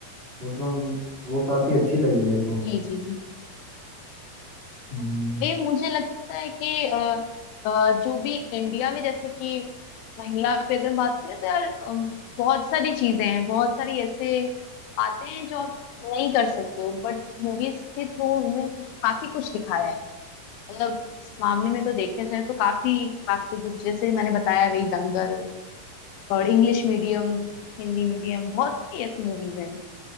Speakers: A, on the right; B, on the left.
A: मतलब वो काफी अच्छी लगी मेरे को
B: जी जी जी
A: हम्म,
B: तो ये मुझे लगता है कि अ, अ, जो भी इंडिया में जैसे कि महिला पे अगर हम बात करें तो यार अम, बहुत सारी चीजें हैं बहुत सारी ऐसे आते हैं जो आप नहीं कर सकते हो बट मूवीज के थ्रू उनमें काफी कुछ दिखाया है मतलब इस मामले में तो देखा जाए तो काफी काफी कुछ जैसे मैंने बताया वही दंगल और इंग्लिश मीडियम हिंदी मीडियम बहुत सी ऐसी मूवीज हैं